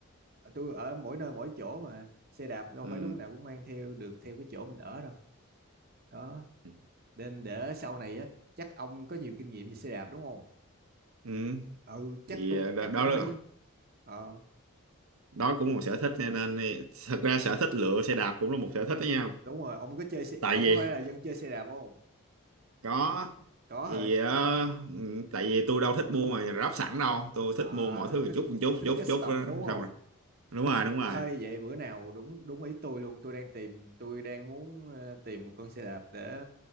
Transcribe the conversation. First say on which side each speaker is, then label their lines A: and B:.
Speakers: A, on the right; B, on the right.
A: tôi ở mỗi nơi mỗi chỗ mà xe đạp đâu
B: Ừ.
A: phải lúc nào cũng mang theo được theo cái chỗ mình ở đâu đó
B: Ừ.
A: nên để sau này á chắc ông có nhiều kinh nghiệm về xe đạp đúng không
B: Ừ.
A: ừ
B: thì
A: chắc tôi
B: ờ, đó
A: chắc
B: đó
A: cũng
B: là
A: phải ờ
B: đó cũng một sở thích cho nên thì- thật ra sở thích lựa xe đạp cũng là một sở thích đó nha
A: đúng rồi ông có chơi xe
B: tại
A: ông
B: vì
A: có phải là dân chơi xe đạp không
B: có
A: có
B: thì
A: hả
B: ờ, ừ, tại vì tôi đâu thích mua mà ráp sẵn đâu tôi
A: à
B: thích mua mọi thứ
A: thích
B: một chút một chút
A: thích
B: chút
A: custom
B: chút đó.
A: đúng không
B: xong rồi đúng rồi đúng rồi
A: Ơi vậy bữa nào đúng đúng ý tôi luôn tôi đang tìm tôi đang muốn ờ, tìm một con xe đạp để